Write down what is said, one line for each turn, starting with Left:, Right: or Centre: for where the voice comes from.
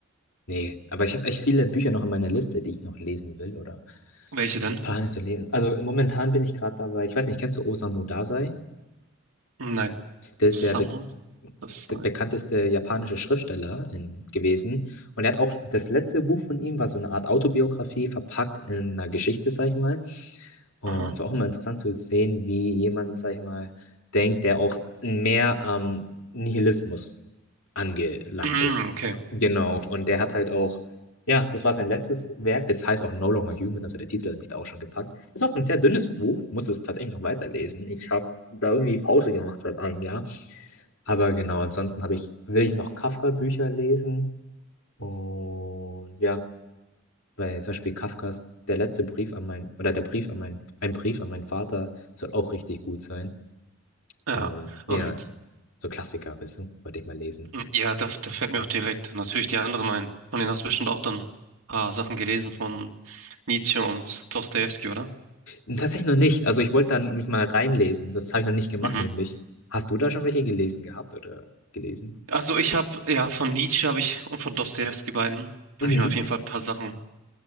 Left: Nee, aber ich habe echt viele Bücher noch in meiner Liste, die ich noch lesen will oder
Right: Welche denn?
Left: plane zu lesen. Also momentan bin ich gerade dabei, ich weiß nicht, kennst du Osamu Dazai?
Right: Nein,
Left: Der ist
Right: Samu,
Left: der, be
Right: das sei.
Left: der bekannteste japanische Schriftsteller in, gewesen. Und er hat auch das letzte Buch von ihm war so eine Art Autobiografie, verpackt in einer Geschichte, sag ich mal. Und
Right: Aha.
Left: es war auch immer interessant zu sehen, wie jemand, sag ich mal, denkt, der auch mehr am Nihilismus angelangt
Right: Mm,
Left: ist.
Right: okay.
Left: Genau, und der hat halt auch, ja, das war sein letztes Werk, das heißt auch No Longer Human, also der Titel hat mich da auch schon gepackt. Ist auch ein sehr dünnes Buch, muss es tatsächlich noch weiterlesen. Ich habe da irgendwie Pause gemacht seit einem Jahr. Aber genau, ansonsten habe ich, will ich noch Kafka-Bücher lesen und ja. Weil zum Beispiel Kafkas Der letzte Brief an mein, oder der Brief an mein, ein Brief an meinen Vater soll auch richtig gut sein.
Right: Ja.
Left: Und ja,
Right: Und
Left: so Klassiker, weißt du, wollte ich mal lesen.
Right: Ja, da, da fällt mir auch direkt natürlich die anderen ein. Von denen hast du bestimmt auch dann ein paar Sachen gelesen von Nietzsche und Dostojewski, oder?
Left: Tatsächlich noch nicht. Also ich wollte dann mich mal reinlesen. Das habe ich noch nicht gemacht,
Right: Mhm.
Left: nämlich. Hast du da schon welche gelesen gehabt oder gelesen?
Right: Also ich habe, ja, von Nietzsche habe ich und von Dostojewski beiden habe
Left: Mhm.
Right: ich mir auf jeden Fall ein paar Sachen,